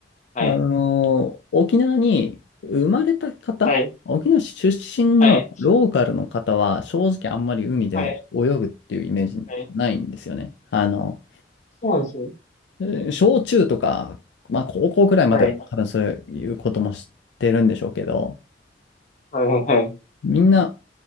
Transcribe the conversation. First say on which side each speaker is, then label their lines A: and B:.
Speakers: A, on the left (about 40°); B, on the left (about 75°).
A: はい。
B: あの、沖縄に生まれた方、
A: はい。
B: 沖縄市出身のローカルの方は、
A: はい。
B: 正直あんまり海で泳ぐっていうイメージないんですよね。
A: はい。はい。
B: あの、
A: そうなんですね。
B: えー小中とか、まあ高校くらいまでは多分そういうことも知ってるんでしょうけど、
A: はい。はい。はい。
B: みんな